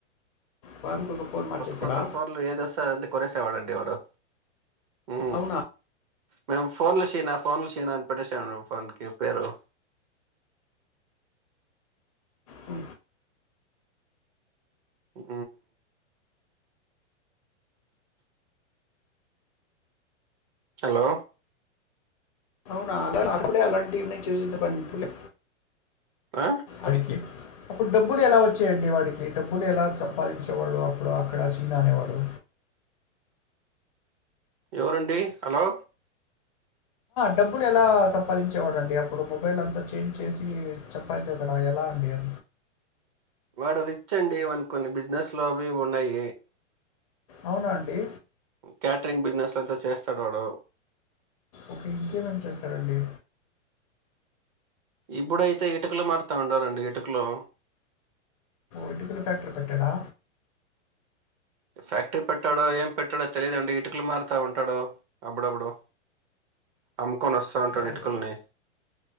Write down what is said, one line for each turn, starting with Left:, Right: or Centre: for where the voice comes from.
Left: వారానికి ఒక ఫోన్ మార్చేసాడా
Right: కొత్త కొత్త ఫోన్లు ఏది వస్తె అదంతా కొనేసేవాడండి వాడు ఊ
Left: అవునా
Right: మేము ఫోన్లు షీనా ఫోన్లు షినా అని పెట్టేసాం మండి వానికి పేరు
Left: ఉ
Right: ఊ హలో
Left: అవునా అలా అప్పుడే అలాంటివి ఏన్నా చేసింది పనిలే
Right: ఆ
Left: అడికి అప్పుడు డబ్బులు ఎలా వచ్చాయండి వాడికి డబ్బులు ఎలా సంపాదించే వాడు అప్పుడు అక్కడ సీనా అనేవాడు
Right: ఎవరండి హలో
Left: డబ్బులు ఎలా సంపాదించేవాడండి అప్పుడు మొబైల్ అంతా చేంజ్ చేసి చెప్ప అయితేక్కడ ఎలా అండి అ
Right: వాడు రిచ్ అండి వానికి కొన్ని బిజినెస్లు అవి ఇవి ఉన్నాయి
Left: అవునాండి
Right: క్యటరింగ్ బిజినెస్ లంతా చేస్తాడు వాడు
Left: ఒక ఇంకేమేం చేస్తారండి
Right: ఇప్పుడైతే ఇటుకలు మారుతా ఉండారండి ఇటుకలో
Left: ఇటికల్ ఫ్యాక్టరీ పెట్టాడా
Right: ఫ్యాక్టరీ పెట్టాడో ఏం పెట్టాడో తెలియదండి ఇటుకలు మారుతా ఉంటాడో అప్పుడప్పుడు అమ్ముకొని వస్తా ఉంటాడు
Left: ఓకే.
Right: ఇటికల్ని